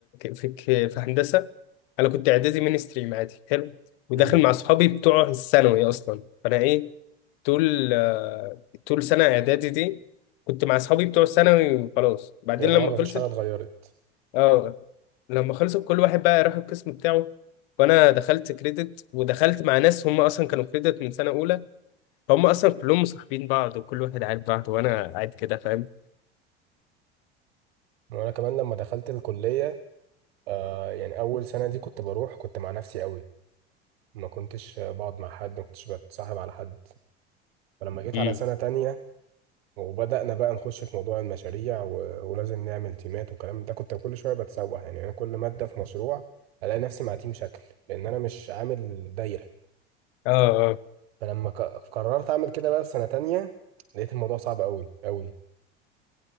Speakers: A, on the left (about 60°); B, on the right (about 70°).
A: في في في هندسه انا كنت اعدادي مين ستريم عادي حلو وداخل
B: امم
A: مع صحابي بتوع الثانوي اصلا فانا ايه طول آه، طول سنه اعدادي دي كنت مع صحابي بتوع الثانوي وخلاص بعدين
B: يعتبر
A: لما
B: ما فيش
A: خلصت
B: حاجه اتغيرت
A: اه لما خلصت كل واحد بقى راح القسم بتاعه وانا دخلت كريدت ودخلت مع ناس هم اصلا كانوا كريدت من سنه اولى هم اصلا كلهم مصاحبين بعض وكل واحد عارف بعض وانا قاعد كده فاهم
B: وانا كمان لما دخلت الكليه آه يعني اول سنه دي كنت بروح كنت مع نفسي قوي ما كنتش آه، بقعد مع حد ما كنتش بتصاحب على حد فلما جيت
A: امم
B: على سنه تانية وبدأنا بقى نخش في موضوع المشاريع و... ولازم نعمل تيمات والكلام ده كنت كل شويه بتسوح يعني انا كل ماده في مشروع الاقي نفسي مع تيم شكل لان انا مش عامل دايره
A: اه اه
B: فلما ك... قررت اعمل كده بقى في سنه تانية لقيت الموضوع صعب قوي قوي